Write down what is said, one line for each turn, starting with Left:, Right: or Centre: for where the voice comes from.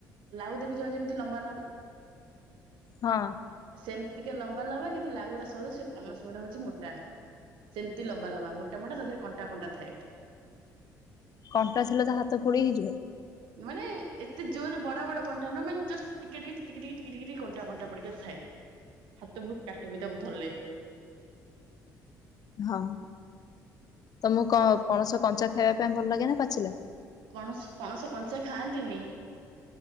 Right: ଲାଉ ଦେଖିଛ ଯେମିତି ଲମ୍ବା ଲମ୍ବା
Left: ହଁ।
Right: ସେମିତି କା ଲମ୍ବା ଲବା କିନ୍ତୁ ଲାଉ ଗୁଡା ସରୁ ସେ ପଣସ ଗୁଡା ହଉଛି ମୋଟା। ସେମିତି ଲମ୍ବା ଲମ୍ବା ମୋଟା ମୋଟା ତା ଦେହରେ କଣ୍ଟା କଣ୍ଟା ଥାଏ।
Left: କଣ୍ଟା ଥିଲେ ତ ହାତ ଫୋଡି ହେଇଯିବ।
Right: ମାନେ ଏତେ ଜୋରରେ ବଡ ବଡ କଣ୍ଟା ନ ମାନେ ଜଷ୍ଟ୍ ଟିକେ ଟେ ଟିକ ଟ ଟିକ କଣ୍ଟା କଣ୍ଟା ପଡିକା ଥାଏ। ହାତ ବହୁତ କାଟେ ବିି ତାକୁ ଧରିଲେ।
Left: ହଁ ତମକୁ କ ପଣସ କଞ୍ଚା ଖାଇବା ପାଇଁ ଭଲ ଲାଗେ ନା ପାଚିଲା।
Right: ପଣସ ପଣସ କଞ୍ଚା ଖାଆନ୍ତିନି।